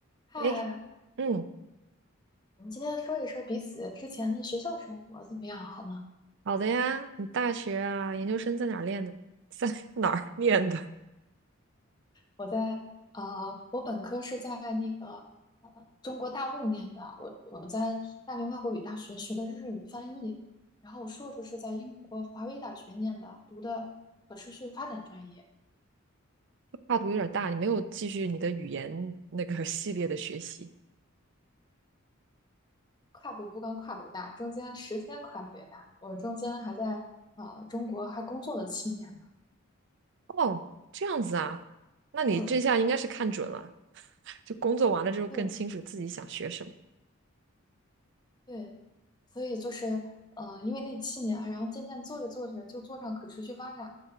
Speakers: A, on the left; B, on the right.
A: 嗨，
B: 诶，嗯，
A: 我们今天说一说彼此之前的学校生活怎么样，好吗？
B: 好的呀。你大学啊，研究生在哪儿练的？在 <laughs> 哪儿念的？
A: 我在呃，我本科是在那个呃中国大陆念的，我我在大连外国语大学学的日语翻译，然后我硕士是在英国华威大学念的，读的可持续发展专业，
B: <laughs> 跨度有点大，你没有继续你的语言那个系列的学习。
A: 跨度不光跨度大，中间时间跨度也大，我中间还在呃中国还工作了七年呢。
B: 哦，这样子啊，那你这下应该是看准了，
A: 嗯，
B: 就工作完了之后更清楚自己想学什么。
A: 对对，所以就是呃，因为那七年啊，然后渐渐做着做着就做上可持续发展了，